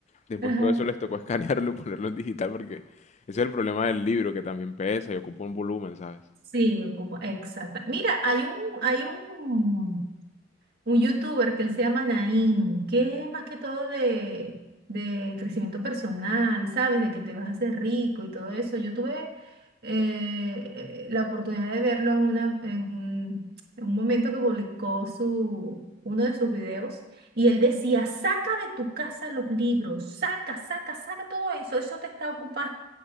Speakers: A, on the left; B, on the right.
A: después
B: ajá,
A: todo eso les tocó escanearlo, <laughs> ponerlo en digital, porque ese es el problema del libro, que también pesa y ocupa un volumen, ¿sabes?
B: sí, ocupa, exacta. Mira, hay un, hay un Un youtuber que él se llama Nain, que es más que todo de, de crecimiento personal, ¿sabes? De que te vas a hacer rico y todo eso. Yo tuve eh, eh, la oportunidad de verlo en, una, en un, en un momento que publicó su, uno de sus videos y él decía, saca de tu casa los libros, saca, saca, saca todo eso, eso te está ocupando,